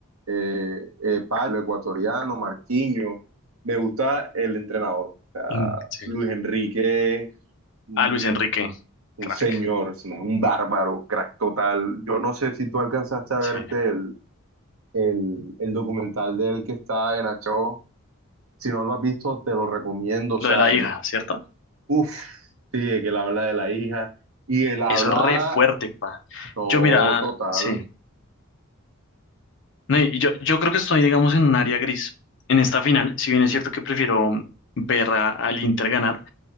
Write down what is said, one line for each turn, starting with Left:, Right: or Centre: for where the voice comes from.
Right: eh, eh, Pablo, ecuatoriano, Marquinhos, me gusta el entrenador, o sea,
Left: Mm, sí.
Right: Luis Enrique, es un,
Left: Ah, Luis Enrique,
Right: un
Left: crack,
Right: señor, es un bárbaro, crack total. Yo no sé si tú alcanzaste a
Left: sí.
Right: verte el, el documental de él que está en Achó. Si no lo has visto, te lo recomiendo. O
Left: Lo
Right: sea,
Left: de la
Right: el,
Left: hija, ¿cierto?
Right: uff, sí, de que él habla de la hija y él habla,
Left: Eso es re fuerte, pa.
Right: no,
Left: Yo, mira,
Right: total,
Left: sí. No, y Yo, yo creo que estoy, digamos, en un área gris. En esta final, si bien es cierto que prefiero ver a- al Inter ganar,